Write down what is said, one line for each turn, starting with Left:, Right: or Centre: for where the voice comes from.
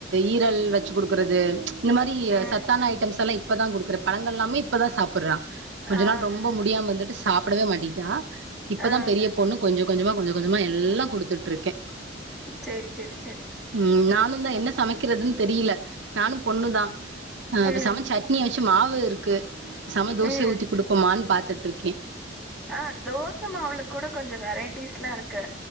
Right: ஈரல் வச்சு கொடுக்கறது இந்த மாரி
Centre: ம்
Right: சத் தான ஐட்டம்ஸ் எல்லா இப்பதா கொடுக்குற பழங்கள் எல்லாமே இப்பதா சாப்புற்றா கொஞ்ச
Centre: ஆ
Right: நாள் ரொம்ப முடியாம வந்துட்டு சாப்பிடவே மாட்டிட்டா இப்பதா
Centre: ஆ
Right: பெரிய பொண்ணு கொஞ்ச கொஞ்சமா கொஞ்ச கொஞ்சமா எல்லா கொடுத்துட்டு இருக்கே
Centre: சேரி சேரி சேரி
Right: ம் நானு தா என்ன சமைக்கிறதுன் தெரியல நானு பொண்ணுதா அ
Centre: ம்
Right: பேசம சட்னி வச்சு மாவு இருக்கு சம தோசையை
Centre: ம்
Right: ஊத்தி குடுப்போமான்னு பாத்துட்டு இருக்கே
Centre: ஆ தோசை மாவுளக்கூட கொஞ்சோ வெரைட்டிஸ்ல்லா இருக்கு